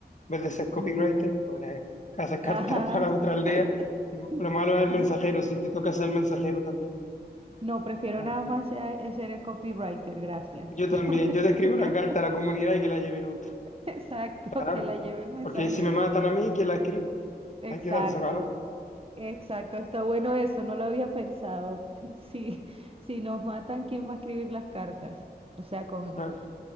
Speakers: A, on the left; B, on the right.
A: vez de ser copywriter,
B: Ujú.
A: pues haces
B: Ajá.
A: cartas <laughs> para otra aldea. Lo,
B: <laughs>
A: lo malo es el mensajero, si te toca ser el mensajero también.
B: No, prefiero
A: Bueno,
B: nada más eh, ser el copywriter, gracias.
A: yo
B: <laughs>
A: también, yo te escribo la carta a la comunidad y que la lleve otro.
B: Exacto,
A: Claro,
B: que la lleve el mensajero.
A: porque si me matan a mí, ¿quién la escribe?
B: Exacto,
A: Hay que darse valor.
B: exacto, está bueno eso, no lo había pensado. <laughs> Si, si nos matan, ¿quién va a escribir las cartas? O sea, con,
A: Claro,